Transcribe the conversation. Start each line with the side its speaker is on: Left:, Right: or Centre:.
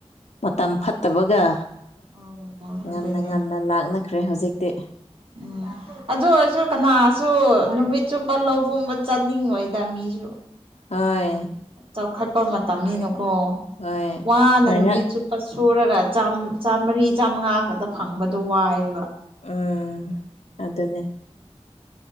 Left: ꯃꯇꯝ ꯐꯠꯇꯕꯒ
Right: ꯑꯣ
Left: ꯉꯟꯅ
Right: ꯑꯗꯨꯅꯦ
Left: ꯉꯟꯅ ꯅ ꯂꯥꯛꯅꯈ꯭ꯔꯦ ꯍꯧꯖꯤꯛꯇꯤ
Right: ꯎꯝ ꯑꯗꯨ ꯑꯣꯏꯔꯁꯨ ꯀꯅꯥꯁꯨ ꯅꯨꯃꯤꯠ ꯆꯨꯞꯄ ꯂꯧꯒꯨꯝꯕ ꯆꯠꯅꯤꯡꯉꯣꯏꯗ ꯃꯤꯁꯨ
Left: ꯍ
Right: ꯆꯥꯎꯈꯠꯄ ꯃꯇꯝꯅꯤꯅꯀꯣ
Left: ꯍꯣꯏ
Right: ꯋꯥꯅ
Left: ꯉꯥꯏꯍꯥꯛ
Right: ꯅꯨꯃꯤꯠ ꯆꯨꯞ ꯂꯨ ꯁꯨꯔꯒ ꯆꯥꯝꯃꯔꯤ ꯆꯥꯝꯃꯉꯥ ꯈꯛꯇ ꯐꯪꯕꯗꯣ ꯋꯥꯏꯑꯦꯕ
Left: ꯎꯝ ꯑꯗꯨꯅꯦ